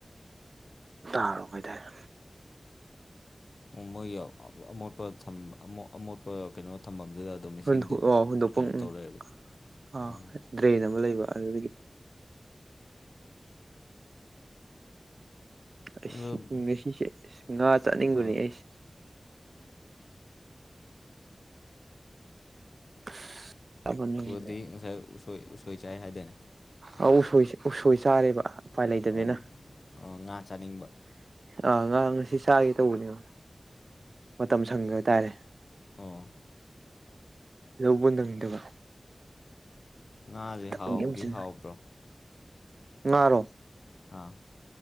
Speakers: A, on the right; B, on the left.
A: ꯇꯥꯔꯣ ꯕꯔꯥꯗꯔ
B: ꯃꯣꯏ ꯑꯃꯣꯠꯄ ꯊꯝꯕ ꯑꯃꯣ ꯑꯃꯣꯠꯄ ꯀꯩꯅꯣ ꯊꯝꯚꯝꯗꯨꯗ ꯑꯗꯨꯝ ꯏꯁꯤꯡꯗ
A: ꯑꯣ ꯍꯨꯟꯗꯣꯛꯐꯝ
B: ꯀꯩꯅꯣ
A: ꯎꯝ
B: ꯇꯧ ꯂꯩꯔꯦꯕ
A: ꯑꯥ
B: ꯑꯣ
A: ꯗ꯭ꯔꯦꯟ ꯑꯃ ꯂꯩꯕ ꯑꯗꯨꯗꯒꯤ ꯑꯁ
B: ꯑꯗꯨ
A: ꯉꯁꯤꯁꯦ ꯑꯁ ꯉꯥ ꯆꯥꯅꯤꯡꯕꯅꯤ
B: ꯑꯥ
A: ꯑꯩꯁ <unintelligible> ꯅꯪꯗ꯭ꯔꯦ
B: ꯗꯤ ꯎꯁꯣꯏ ꯎ ꯎꯁꯣꯏ ꯆꯥꯏ ꯍꯥꯏꯗꯅ
A: ꯑꯧ ꯎꯁ ꯎꯁꯣꯏ ꯆꯥꯔꯦꯕ ꯎꯄꯥꯏ ꯂꯩꯇꯕꯅꯤꯅ
B: ꯑꯣ ꯑꯣ ꯉꯥ ꯆꯥꯅꯤꯡꯕ
A: ꯑꯥ ꯉꯥ ꯉꯁꯤ ꯆꯥꯒꯦ ꯇꯧꯕꯅꯦꯕ ꯃꯇꯝ ꯁꯪ ꯍꯥꯏꯇꯥꯔꯦ
B: ꯑꯣ
A: ꯂꯧꯕ ꯅꯪꯗꯕ
B: ꯉꯥꯖꯦ
A: ꯊꯕꯛ
B: ꯍꯥꯎꯕꯗꯤ
A: ꯌꯥꯝ ꯆꯤꯟ
B: ꯍꯥꯎꯕ꯭ꯔꯣ
A: ꯉꯥꯔꯣ
B: ꯍꯥꯥ